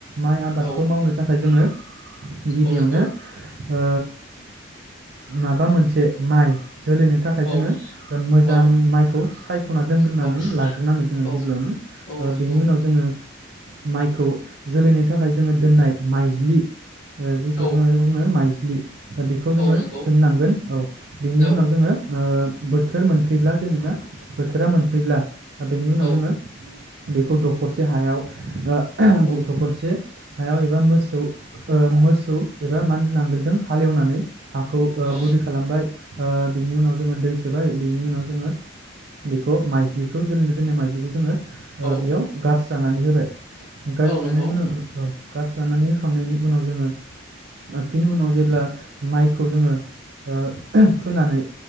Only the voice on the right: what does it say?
माइ
खौ मावनो थाखाय जोङो गिबियावनो
ओ माबा मोनसे माइ जोलैनो थाखाय
जोङो मोजां
माइखौ साइ खना दोनग्रोनानै
लाग्रोनांगो जोङो
गिबियावनो
ओ
बेनि उनाव जोङो माइखौ जोलैनि था जोङो दोननाय माइज्लि जिखौ
जोङ बुङो माइ <unintelligible> बेखौ जोङो
दोननांगोन औ बेनि
उनाव जोङो ओ बोथोर मोनफैब्ला जेनेबा बोथोरा मोनफैब्ला बेनि उनाव
जोङो बेखौ दखरसे हायाव ओ
दखरसे दाउ एबा मोसौ ओ मोसौ एबा मन नांगोलजों हालेवनानै हाखौ ओ
गुरै खालामबाय ओ बिनि उनाव जोङो दै सोबाय बिनि उनाव जोङो बेखौ माइजलिखौ जोलैनो दोननाय माइज्लिखौ जोङो ओ
बेयाव गार जानानै होबाय <unintelligible>
उनाव ओ औ गास्रा होखांनायनि उनाव जोङो फिन उनाव जेब्ला माइखौ जोङो ओ फोनानै